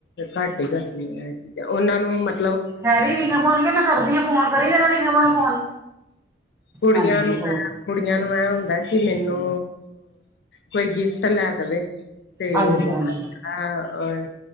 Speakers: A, on the left; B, on the right.
A: ਘੱਟ ਹੀ ਕਰਦੀਆਂ। ਤੇ ਉਹਨਾਂ ਨੂੰ ਵੀ ਮਤ।
B: ਹੈਰੀ ਰੀਨਾ ਨੂ ਕਹਿ ਮੈਂ ਕਰਦੀ ਆ ਫੋਨ, ਕਰੀ ਜਰਾ ਰੀਨਾ ਨੂੰ ਫੋਨ।
A: ਕੁੜੀਆਂ
B: ਹਾਂਜੀ
A: ਨੂੰ।
B: ਹੋਰ
A: ਕੁੜੀਆਂ ਨੂੰ ਇਹ ਹੁੰਦਾ ਕਿ ਮੈਨੂੰ, ਕੋਈ ਗਿਫਟ ਲੈ ਦੇਵੇ। ਤੇ
B: ਹਾਂਜੀ
A: ਮੈਂੜਾ
B: ਹਾਂਜੀ
A: ਅਹ